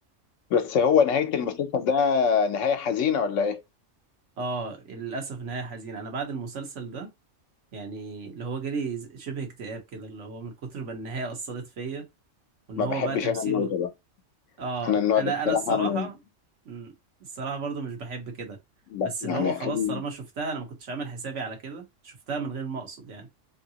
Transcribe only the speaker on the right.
اه للاسف نهايه حزينه انا بعد المسلسل ده يعني اللي هو جالي ز- شبه اكتئاب كده اللي هو من كتر ما النهايه اثرت فيا وان
هو
بقى تمثيله
اه
انا
انا الصراحه
مم، الصراحه برضو مش بحب كده
بس
اللي هو
خلاص طالما شفتها انا ما كنتش عامل حسابي على كده شفتها من غير ما اقصد يعني